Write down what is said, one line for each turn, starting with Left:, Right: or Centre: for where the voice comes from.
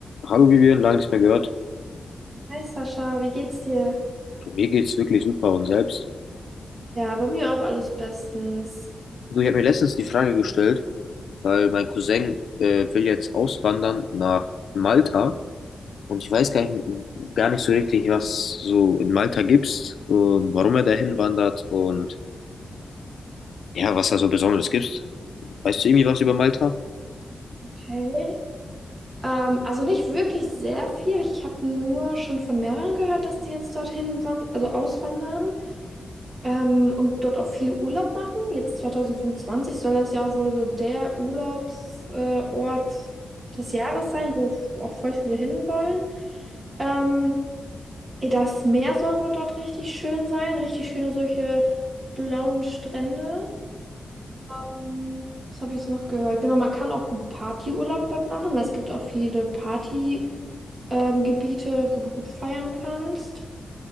Left: Hallo Vivian, lange nicht mehr gehört.
Right: Hi Sascha, wie geht's dir?
Left: Du, mir geht's wirklich super und selbst.
Right: Ja, bei mir auch alles bestens.
Left: Du, ich habe mir letztens die Frage gestellt, weil mein Cousin äh, will jetzt auswandern nach Malta und ich weiß gar nicht, gar nicht so richtig, was so in Malta gibt's und warum er dahin wandert und ja, was da so Besonderes gibt. Weißt du irgendwie was über Malta?
Right: Okay. Ähm, also nicht wirklich sehr viel. Ich habe nur schon von mehreren gehört, dass die jetzt dorthin wan also auswandern ähm, und dort auch viele Urlaub machen. Jetzt 2025 soll das ja auch wohl so der Urlaubsort äh, Ort des Jahres sein, wo f- auch voll viele hinwollen. Ähm, ja, das Meer soll wohl dort richtig schön sein, richtig schöne solche blauen Strände. Ähm, Was habe ich jetzt noch gehört? Genau, man kann auch gut Partyurlaub dort machen, weil es gibt auch viele Partygebiete, ähm, Gebiete, wo du gut feiern kannst.